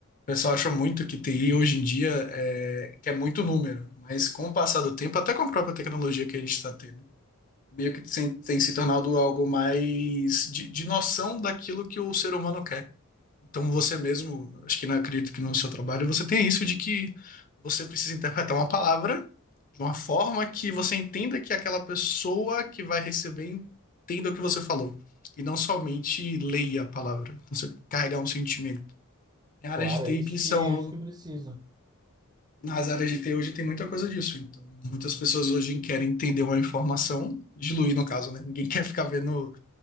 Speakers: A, on the left; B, on the right.
A: pessoal acha muito que TI hoje em dia é, que é muito número, mas com o passar do tempo, até com a própria tecnologia que a gente está tendo, meio que tem, tem se tornado algo mais de, de noção daquilo que o ser humano quer. Então você mesmo, acho que não acredito que no seu trabalho você tem isso de que você precisa interpretar uma palavra de uma forma que você entenda que aquela pessoa que vai receber entenda o que você falou. E não somente leia a palavra. Então você carregar um sentimento. Em
B: Claro,
A: áreas de
B: é isso
A: TI que são
B: que é isso que eu preciso.
A: nas áreas de TI hoje tem muita coisa disso. Então, muitas pessoas hoje querem entender uma informação, diluir no caso, né? Ninguém <laughs> quer ficar vendo